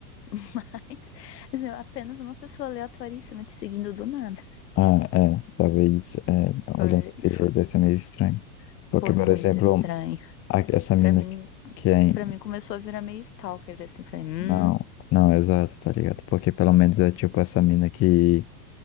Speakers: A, on the left; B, on the left.
A: <laughs> Mas, assim, apenas uma pessoa aleatoríssima te seguindo do nada.
B: Ah, é, talvez, é,
A: Foi,
B: olhando desse jeito,
A: foi,
B: deve ser meio estranho. Porque,
A: foi
B: por
A: muito
B: exemplo,
A: estranho.
B: a- essa mina
A: Pra mim,
B: que, que é
A: para mim começou a virar meio stalker, assim. Falei, hum,
B: Não, não, exato, tá ligado? Porque pelo menos é tipo essa mina que